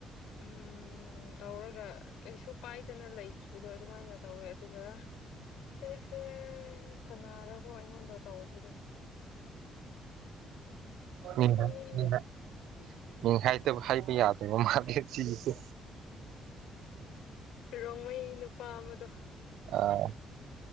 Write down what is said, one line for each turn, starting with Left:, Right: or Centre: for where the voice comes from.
Left: ꯎꯝ ꯇꯧꯔꯒ ꯀꯩꯁꯨ ꯄꯥꯏꯗꯅ ꯂꯩꯈꯤꯕꯗꯣ ꯑꯗꯨꯃꯥꯏꯅ ꯇꯧꯋꯦ ꯑꯗꯨꯒ ꯑꯩꯁꯦ ꯀꯅꯥꯔꯒꯣ ꯑꯩꯉꯣꯟꯗ ꯇꯧꯑꯣꯕꯤꯗꯣ
Right: ꯃꯤꯅꯥ
Left: ꯃꯃꯤꯡꯗꯣ
Right: ꯃꯤꯅꯥ ꯃꯤ ꯍꯥꯏꯗꯕ ꯍꯥꯏꯕ ꯌꯥꯗꯕ ꯃꯥꯜꯂꯤ ꯁꯤꯁꯤꯁꯨ
Left: ꯔꯣꯡꯃꯩ ꯅꯨꯄꯥ ꯑꯃꯗꯣ
Right: ꯑ